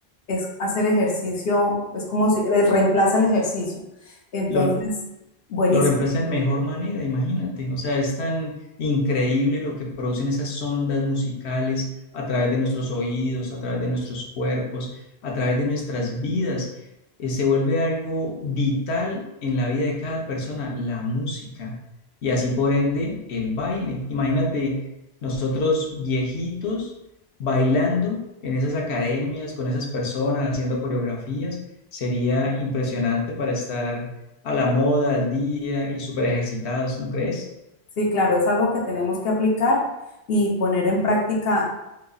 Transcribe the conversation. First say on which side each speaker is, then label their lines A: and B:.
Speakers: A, on the left; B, on the left.
A: es hacer ejercicio, es como si re- reemplaza el ejercicio. Entonces,
B: Lo-
A: buenísimo.
B: Lo reemplazan mejor manera, imagínate. O sea, es tan increíble lo que producen esas ondas musicales a través de nuestros oídos, a través de nuestros cuerpos, a través de nuestras vidas. Eh, se vuelve algo vital en la vida de cada persona, la música. Y así por ende, el baile. Imagínate nosotros viejitos bailando en esas academias, con esas personas, haciendo coreografías. Sería impresionante para estar a la moda, al día y súper ejercitados, ¿no crees?
A: Sí, claro, es algo que tenemos que aplicar y poner en práctica